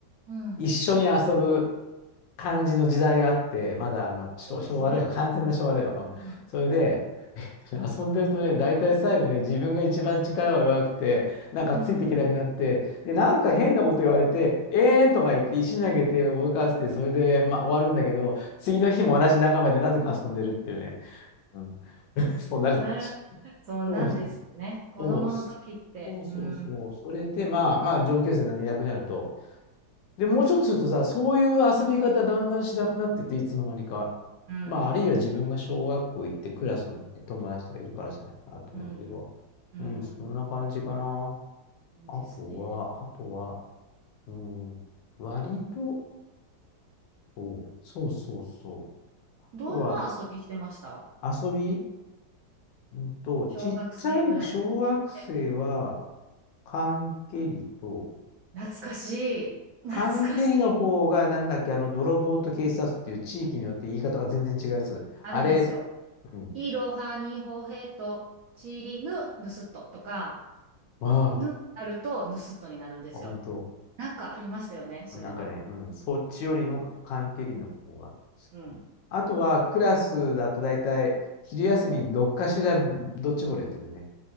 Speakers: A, on the right (about 75°); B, on the left (about 75°).
A: うん。
B: 一緒に遊ぶ感じの時代があって、まだあの、昭昭和だよ。
A: そうですね。
B: 完全な昭和だよ。
A: うん、
B: うんそれで、
A: うん、
B: 遊んでるとね、大体最後ね、自分が一番力が弱くて、なんかついていけなくなって、
A: うん。
B: で、なんか変なこと言われて、えーんとか言って石投げて追い返して、それで、まあ、終わるんだけど、次の日も同じ仲間でなぜか遊んでるっていうね。うん。<laughs> そんな感じ。
A: なる、そうなんですよね。
B: そうそう。
A: 子供の時って。
B: そうそうそうそう。
A: うん、
B: それで、まあ、まあ、上級生なのにいなくなると、で、もうちょっとするとさ、そういう遊び方だんだんしなくなってて、いつの間にか。
A: うん、
B: まあ、あるいは自分が小学校行ってクラスのね、友達とかいるからじゃないかなと思うんだけど。
A: うん、うん。
B: うん、そんな感じかな。
A: そうですね。
B: あとは、あとは、うん、割と、そうそうそうそう。あとは、
A: どんな遊びしてました
B: 遊び、うんと、
A: 小学生ぐらいの時って。
B: ちっちゃい小学生は、缶蹴りと、
A: 懐かしい。懐かしい。
B: 缶蹴りの方が、なんだっけ、あの、泥棒と警察っていう地域によって言い方が全然違うやつ。
A: あれですよ。
B: あれ、うん。
A: イロハニホヘとチリヌヌスットとか、
B: あ
A: ヌになるとヌスットになるんですよ。
B: あ、あ本当。
A: なんかありましたよね、そういうの。
B: なんかね、うん、そっちよりも缶蹴りの方が好
A: うん。
B: き。あとは、クラスだと大体、昼休みにどっかしらドッジボールやってるよね。